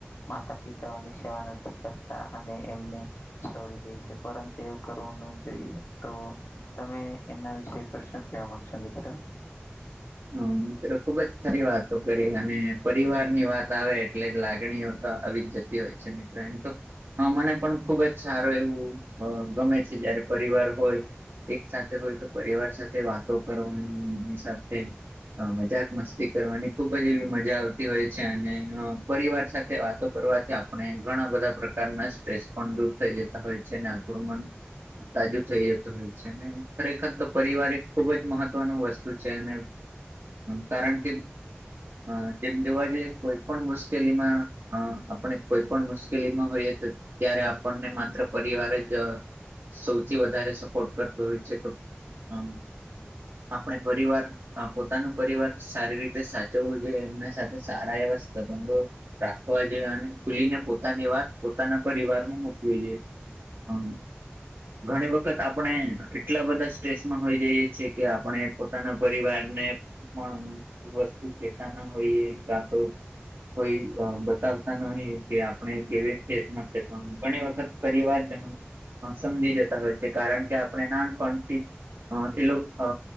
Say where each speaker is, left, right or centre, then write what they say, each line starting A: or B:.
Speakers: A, on the left (about 70°); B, on the right (about 60°).
A: માતા પિતાઓની સેવા નથી કરતા અને એમને છોડી દેશે પરંતુ એવું કરવું ન જોઈએ તો તમે એના વિષય પર શું કેવા માંગશો મિત્ર
B: હ મિત્ર ખુબ જ સારી વાતો કરી અને પરિવારની વાત આવે એટલે લાગણીઓ તો આવી જ જતી હોય છે મિત્ર એમ તો હ મને પણ ખુબ જ સારું એવું ગમે છે જયારે પરિવાર હોય એક સાથે હોય તો પરિવાર સાથે વાતો કરવાની એની સાથે હ મજાક મસ્તી કરવાની ખુબ જ એવી મજા આવતી હોય છે અને પરિવાર સાથે વાત કરવાથી આપણે ઘણા બધા પ્રકારના સ્ટ્રેસ પણ દૂર થઈ જતા હોય છે આપણું મન તાજું થઈ જતું હોય છે ને ખરેખર તો પરિવાર એ ખુબ જ મહત્વ નું વસ્તુ છે ને કારણ કે હા તેમ જોવા જઈએ કોઈ પણ મુશ્કેલીમાં અ આપણે કોઈ પણ મુશ્કેલીમાં હોઈએ તો ત્યારે આપણને માત્ર પરિવાર જ સૌથી વધારે સપોર્ટ કરતો હોય છે તો હ આપણે પરિવાર હ પોતાનું પરિવાર સારી રીતે સાચવવું જોઈએ એમના સાથે સારા એવા સંબંધો રાખવા જોઈ અને ભૂલીને પોતાની વાત પોતાના પરિવારમાં મુકવી જોઈએ હમ ઘણી વખત આપણે એટલા બધા સ્ટ્રેસમાં હોય જઈએ છીએ કે આપણે પોતાના પરિવારને પણ વસ્તુ કેતા ના હોઈએ કા તો કોઈ બતાવતા નહી કે આપણે કેવી ફેસમાં છે પણ ઘણી વખત પરિવારજનો સમજી જતા હોય કારણ કે આપણે નાનપણથી એ અ